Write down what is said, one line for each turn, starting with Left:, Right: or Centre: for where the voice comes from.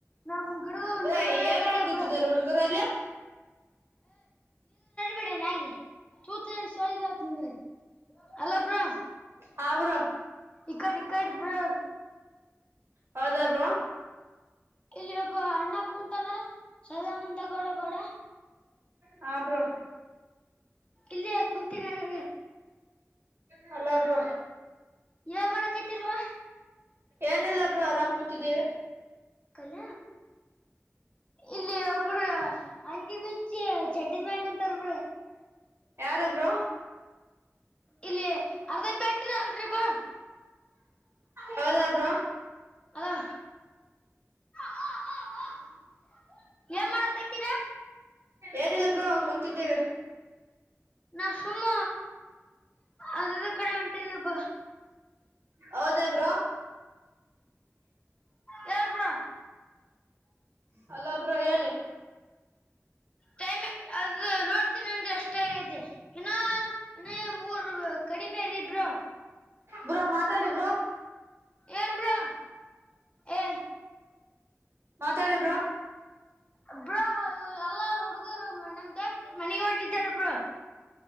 Left: ನಮ್ ಗಿಡ
Right: ಬ್ರೋ
Left: ನೀರ್ಗ ನೋಡಕತ್ತ
Right: ಏಮಾಡ್ಕೂತಿದಾರ
Left: ಬ್ರೋ
Right: ಹುಡ್ಗರಲ್ಲಿ? <inaudible>
Left: ಬಿಡ ನಾಗೆ <unintelligible> ಸೊರಿಗತ್ ನಿಂದ್ರ. ಹಲೊ ಬ್ರೊ
Right: ಹಾ ಬ್ರೋ
Left: ಈ ಕಡ್ ಈ ಕಡ್ ಬ್ರೊ.
Right: ಹೌದ ಬ್ರೋ.
Left: ಇಲ್ಲಿ ಒಬ್ಬ ಅಣ್ಣ ಕುಂತಾರ ಸದಾನಂದ ಗೌಡ ಗೌಡ.
Right: ಹ ಬ್ರೋ
Left: ಇಲ್ಲಯ ಕುಂತಿನಡ್
Right: ಹಲೊ ಬ್ರೋ.
Left: ಏನ್ ಮಾಡಕತ್ ತಿರ್ವ
Right: ಏನಿಲ್ಲ ಬ್ರೊ ಆರಾಮ್ ಕೂತಿದ್ದಿವಿ.
Left: ಕಲ ಇಲ್ಲಿ ಒಬ್ರು ಅಂಗಿ ಬಿಚ್ಚಿ ಚಡ್ಡಿಮೇಲ್ ನಿಂತೊರೆ ಬ್ರೋ.
Right: ಯಾರು ಬ್ರೋ.
Left: ಇಲ್ಲಿ ಅರ್ಧ ಪ್ಯಾಂಟ್ರಿ ಅಲ್ರಿ ಬಾ <unintelligible>
Right: ಹೌದಾ ಬ್ರೋ
Left: ಹಲೊ <unintelligible> ಏನ್ ಮಾಡಕೖತಿರಾ?
Right: Anal bro ಕುಂತಿದ್ದೀವಿ.
Left: ನಾವ್ ಸುಮ್ಮ ಅದದು ಕಡೆ ಹೊನ್ಟಿದೆ ಬಾ
Right: ಹೌದ ಬ್ರೋ.
Left: ಹೇಳ್ ಬ್ರೋ
Right: ಹಲೊ ಬ್ರೊ ಹೇಳಿ.
Left: ಟೖಮೆ ಅದು ನೋಡ್ತೇನಿ ಅಂದ್ರೆ ಅಷ್ಟ ಆಗೈತಿ ಇನ್ ಏನ ಮೂರ್ ಕಡಿಮೆ ರಿ ಬ್ರೊ.
Right: ಬ್ರೋ ಮಾತಾಡಿ ಬ್ರೋ.
Left: ಏನ್ ಬ್ರೊ ಎ
Right: ಮಾತಾಡಿ ಬ್ರೊ.
Left: ಬ್ರೊ ಎಲ್ಲ ಹುಡುಗರು ನಮ್ದೋಸ್ತ್ ಮನೆಗ್ ಹೊಂಟಿದ್ದಾರೆ ಬ್ರೊ.